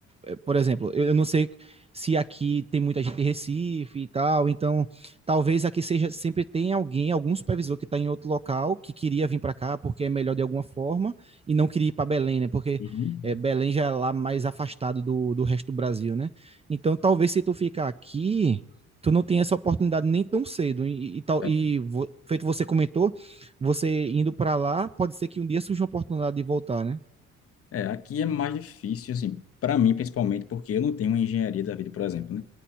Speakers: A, on the right; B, on the left.
A: É, por exemplo, eu eu não sei se aqui tem muita gente de Recife e tal, então talvez aqui seja sempre tem alguém, algum supervisor que está em outro local que queria vir para cá porque é melhor de alguma forma e não queria ir para Belém, né? Porque
B: Uhum.
A: é, Belém já é lá mais afastado do, do resto do Brasil, né? Então talvez se tu ficar aqui tu não tenha essa oportunidade nem tão cedo e, e tal
B: É,
A: e vo, feito você comentou você indo para lá pode ser que um dia surja uma oportunidade de voltar né
B: É, aqui é mais difícil, assim, para mim principalmente, porque eu não tenho uma engenharia da vida, por exemplo, né?